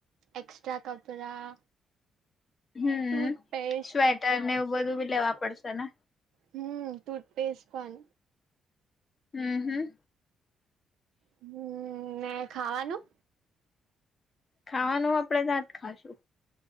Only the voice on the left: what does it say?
હમ,
સ્વેટર ને એવું બધું ભી લેવા પડશે ને.
હમ્મ હમ્મ.
ખાવાનું આપડે ત જ ખાશું.